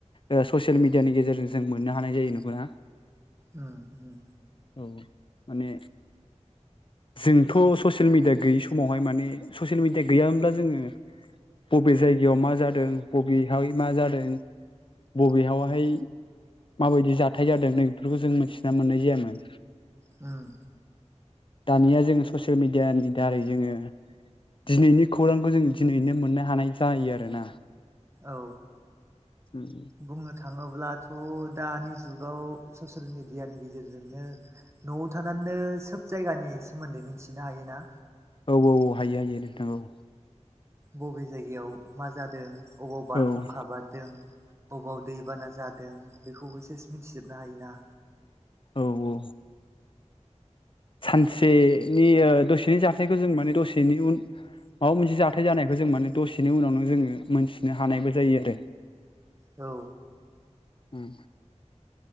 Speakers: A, on the left (about 45°); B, on the right (about 25°).
A: ओ ससियेल मिडियानि गेजेरजों जों मोननो हानाय जायो नंगौना।
B: उम उम।
A: औ माने जोंथ' ससियेल मिडिया गैयि समावहाय माने ससियेल मिडिया गैयामोनब्ला जोङो बबे जायगायाव मा जादों बबेहाय मा जादों बबेयावहाय माबायदि जाथाइ जादों बेफोरखौ जों मिथिना मोननाय जायामोन।
B: उम।
A: दानिया जोङो ससियेल मिडियानि दारै जोङो दिनैनि खौरांखौ जों दिनैनो मोननो हानाय जायो आरोना।
B: औ
A: उम।
B: बुंनो थाङोब्लाथ' दानि जुग गाव ससियेल मिडियानि गेजेरजोंनो न'आव थानानैनो सोब जायगानि सोमोन्दै मिन मथिनो हायोना।
A: औ औ औ हायो हायो नोंथां औ।
B: बबे जायगायाव मा जादों अबाव बारहुंखा
A: औ
B: बारदों। ब'बाव दैबाना जादों बेखौबो सेस मिथिजोबनो हायोना।
A: औ औ। सानसेनि दसेनि जाथायखौ जों माने दसेनि उन माबा मोनसे जाथाय जानायखौ जों माने दसेनि उनावनो जोङो मोनथिनो हानायबो जायो आरो।
B: औ।
A: उम।